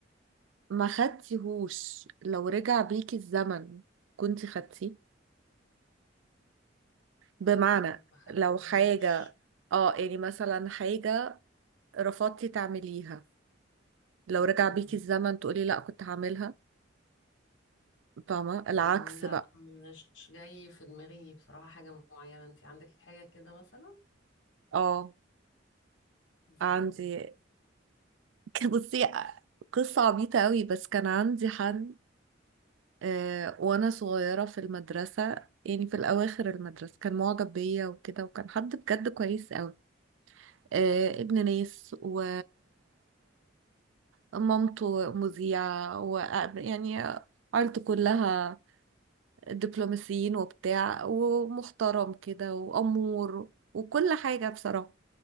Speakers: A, on the right (about 85°); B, on the left (about 80°).
A: ما خدتيهوش لو رجع بيكي الزمن كنت خدتيه بمعنى
B: قرار ما خدتهوش
A: لو حاجة اه يعني مثلا حاجة رفضتي تعمليها لو رجع
B: مم.
A: بيكي الزمن تقولي لا كنت هعملها فاهمة العكس
B: مم، لا
A: بقى
B: مش جاي في دماغي بصراحة حاجة معينة انت عندك حاجة كده مثلا
A: اه
B: زي
A: عندي
B: ايه
A: <laughs> بصي قصة عبيطة قوي بس كان عندي حد آه، وانا صغيرة في المدرسة يعني في الاواخر المدرسة كان معجب بيا وكده وكان حد بجد كويس قوي آه، ابن ناس و مامته مذيعة و يعني عيلته كلها دبلوماسيين وبتاع ومحترم كده وأمور وكل حاجة بصراحة